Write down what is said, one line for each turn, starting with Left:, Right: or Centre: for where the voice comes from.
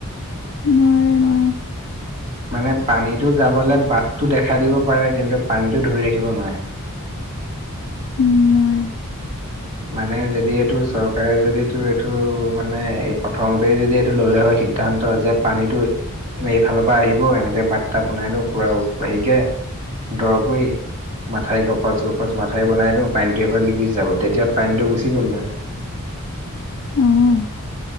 Left: নোৱাৰে নোৱাৰে।
Right: মানে পানীটো যাবলৈ বাটতটো দেখাই দিব পাৰে কিন্তু পানীটো ধৰি ৰাখিব নোৱাৰে।
Left: উম' নোৱাৰে।
Right: মানে যদি এইটো চৰকাৰে যদি এইটো এইটো মানে এই প্ৰথমতেই যদি এইটো ল'লে হয়, সি। সিদ্ধান্ত যে পানীটো। এইফালৰ পৰা আহিব, এনেকে বাট‌টা বনাই দিও পুৰা হেৰিকে। দৰকৈ মাথাই গপছ গপছ মাথাউৰি বনাই দিওঁ পানীটো এফাল দি গুছি যাব তেতিয়া। পানীটো গুচি গ'ল হেঁতেন।
Left: উম'।